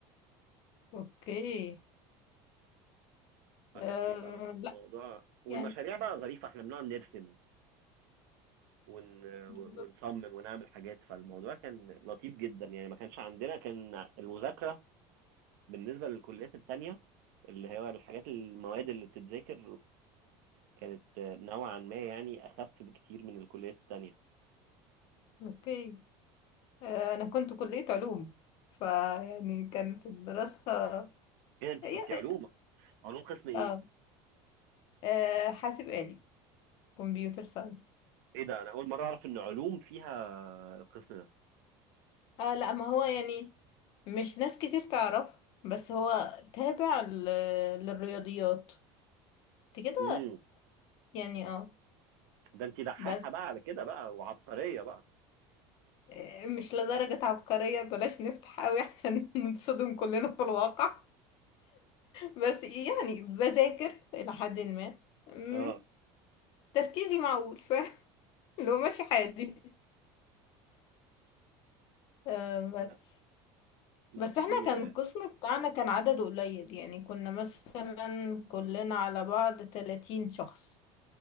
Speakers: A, on the left; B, on the right.
A: اوكي
B: فكان
A: آه
B: بيبقى
A: لا
B: الموضوع والمشاريع
A: يعني
B: بقى ظريفه احنا بنقعد نرسم ون...
A: بالظبط.
B: ونصمم ونعمل حاجات فالموضوع كان لطيف جدا يعني ما كانش عندنا كان المذاكره بالنسبة للكليات التانية اللي هو الحاجات المواد اللي بتتذاكر كانت نوعا ما يعني أخف بكتير من الكليات التانية
A: اوكي آه، انا كنت كلية علوم فيعني كانت الدراسة
B: ايه ده، انت
A: يا-
B: كنت علوم علوم قسم ايه
A: اه آه، حاسب آلي كمبيوتر ساينس
B: ايه ده انا اول مرة اعرف ان علوم فيها القسم ده
A: اه لا ما هو يعني مش ناس كتير تعرف بس هو تابع ل- للرياضيات انت كده
B: امم
A: يعني اه
B: ده انت دحاحة
A: بس
B: بقى على كده بقى وعبقرية بقى
A: آه، مش لدرجة عبقرية بلاش نفتح قوي احسن <laughs> نتصدم كلنا في الواقع بس يعني بذاكر إلى حد ما مم،
B: اه
A: تركيزي معقول ف لو ماشي حالي آه بس
B: لا بس
A: بس احنا
B: دي
A: كان
B: اه
A: القسم بتاعنا كان عدده قليل يعني كنا مثلا كلنا على بعض 30 شخص